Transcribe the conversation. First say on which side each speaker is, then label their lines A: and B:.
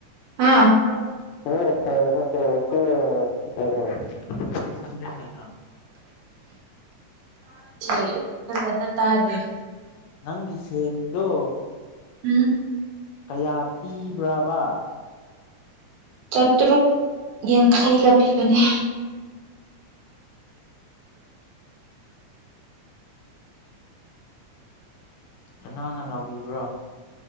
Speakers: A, on the right (about 75°); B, on the left (about 80°).
A: ꯍꯥ
B: <unintelligible> ꯁꯤꯁ ꯍꯟꯗ꯭ꯔꯦ ꯍꯥꯏꯗꯣ
A: ꯏ ꯐꯖꯅ ꯇꯥꯗꯦ
B: ꯅꯪꯒꯤ ꯐꯦꯟꯗꯣ
A: ꯎꯝ
B: ꯀꯌꯥ ꯄꯤꯕ꯭ꯔꯕ
A: ꯆꯥꯇ꯭ꯔꯨꯛ ꯌꯥꯡꯈꯩ ꯂꯄꯤꯕꯤꯕꯅꯦ
B: ꯀꯅꯥꯅ ꯂꯥꯎꯕꯤꯕ꯭ꯔꯣ